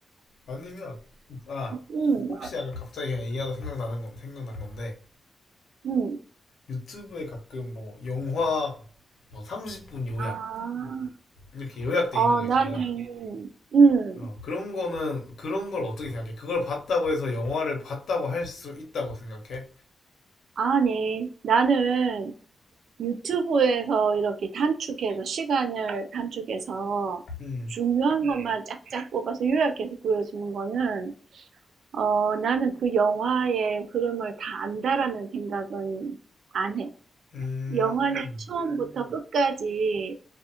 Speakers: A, on the left; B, on the right.
A: 아니면, 아,
B: 응,
A: 혹시 약간 갑자기 그냥 얘기하다 생각나는 건, 생각난 건데,
B: 응,
A: 유튜브에 가끔 뭐, 영화, 뭐, 30분 요약,
B: 아,
A: 이렇게 요약돼
B: 어,
A: 있는 거
B: 나는,
A: 있잖아.
B: 응,
A: 어, 그런 거는, 그런 걸 어떻게 생각해? 그걸 봤다고 해서 영화를 봤다고 할 수 있다고 생각해?
B: 아니, 나는 유튜브에서 이렇게 단축해서, 시간을 단축해서
A: 음.
B: 중요한 것만 쫙쫙 뽑아서 요약해서 보여주는 거는, 어, 나는 그 영화의 흐름을 다 안다라는 생각은 안 해.
A: 음,
B: 영화는 처음부터 끝까지